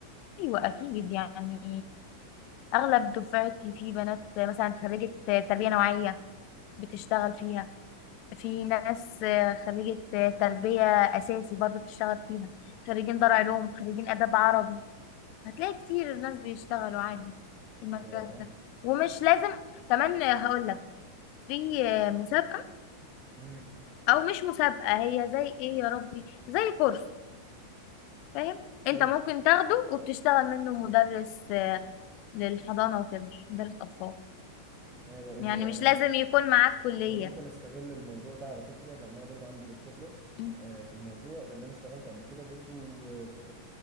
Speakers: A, on the left; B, on the right.
A: أيوة أكيد يعني أغلب دفعتي في بنات مثلا خريجة تربية نوعية بتشتغل فيها في ناس آه، خريجة آه، تربية أساسي برضو بتشتغل فيها خريجين دار علوم خريجين آداب عربي هتلاقي كتير ناس بيشتغلوا عادي في المجال
B: ياه.
A: ده ومش لازم كمان آه، هقول لك في آه، مسابقة
B: مم.
A: أو مش مسابقة هي زي إيه يا ربي زي كورس فاهم أنت
B: حلو
A: ممكن تاخده وبتشتغل منه مدرس آه، للحضانة وكده مدرس أطفال
B: انا بقول
A: يعني
B: له
A: مش
B: انا
A: لازم يكون معاك كلية
B: انا ممكن استغل الموضوع ده على فكره لان انا برضه عندي خبره
A: م.
B: آه، في الموضوع لان انا اشتغلت قبل كده برضه آه، في